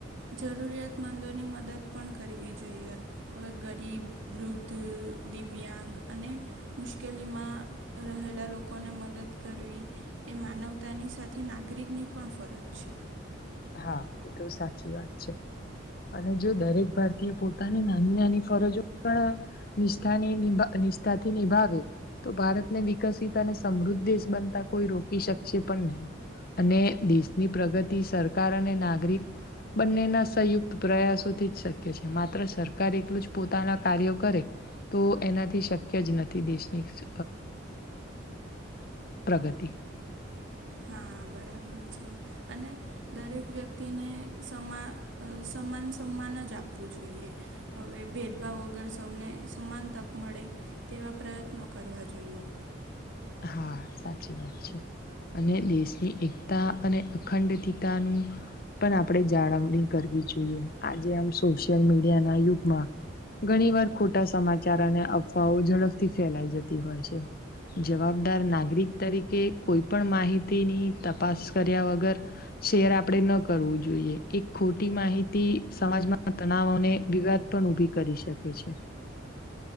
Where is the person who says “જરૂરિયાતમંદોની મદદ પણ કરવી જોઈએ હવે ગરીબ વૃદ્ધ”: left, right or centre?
Right